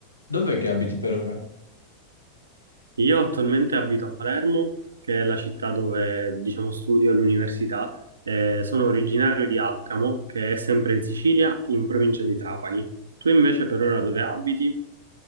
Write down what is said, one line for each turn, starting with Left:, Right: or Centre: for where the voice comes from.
Left: Dov'è che abiti per ora?
Right: Io attualmente abito a Palermo, che è la città dove, diciamo, studio all'università. Eh, sono originario di Alcamo, che è sempre in Sicilia, in provincia di Trapani. Tu invece per ora dove abiti?